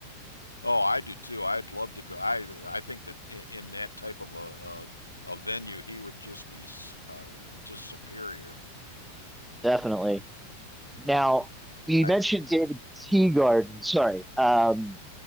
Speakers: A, on the left (about 85°); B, in the centre.
A: Oh, I do too. I'd love to go. I I think that in, in that type of a, a a venue, he would just be uh, just superior.
B: Definitely. Now you
A: I
B: mentioned David Teagarden. Sorry. Um,